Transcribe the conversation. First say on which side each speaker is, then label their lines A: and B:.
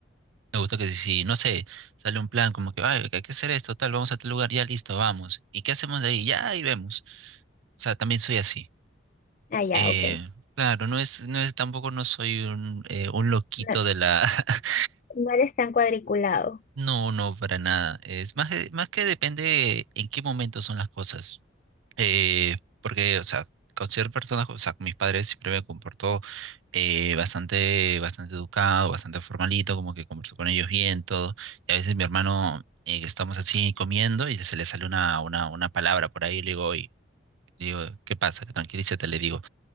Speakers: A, on the right; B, on the left.
A: Me gusta que si, no sé, sale un plan como que, "Ay, hay que hacer esto, tal, vamos a tal lugar, ya listo, vamos. ¿Y qué hacemos de ahí? Ya ahí vemos. O sea, también soy así.
B: Ah, ya,
A: Eh,
B: ok.
A: claro, no es, no es, tampoco no soy un, eh, un loquito
B: No,
A: de la... <laughs>
B: no eres tan cuadriculado.
A: No, no, para nada. Es más, que- más que depende en qué momento son las cosas. Eh, porque, o sea, con ciertas personas, o sea, con mis padres siempre me comportó eh, bastante, bastante educado, bastante formalito, como que converso con ellos bien, todo. Y a veces mi hermano, eh, que estamos así comiendo y se le sale una, una, una palabra por ahí, le digo, "Oy", le digo, ¿qué pasa? Tranquilízate, le digo.